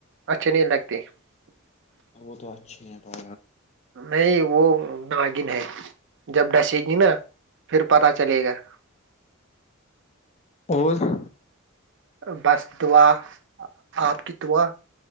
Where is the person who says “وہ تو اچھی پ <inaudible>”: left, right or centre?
Left